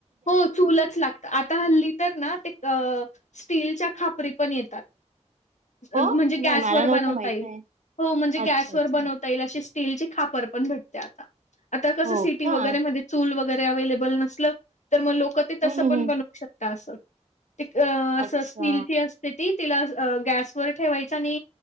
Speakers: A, on the left (about 75°); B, on the right (about 80°).
A: हो चूलच लागत. आता हल्ली तर ना ते अ स्टीलच्या खापरी पण येतात.
B: हो
A: म्हणजे
B: नाही
A: गॅसवर
B: मला नव्हतं
A: बनवता
B: माहित
A: येईल
B: आहे
A: हो म्हणजे
B: अच्छा
A: गॅस वर
B: अच्छा
A: बनवता टाईल अशी स्टील ची खापर पण भेटत्या आता आता कस
B: हो
A: सीटी
B: का
A: वैगरे
B: हम्म
A: मध्ये चूल वगैरे अव्हेलेबल नसल. तर मग लोक ते तसं
B: हम्म
A: पण
B: हम्म
A: बनवू शकता असं ते क् अस
B: अच्छा
A: स्टीलची असते ती. तिला गॅसवर ठेवायच आणि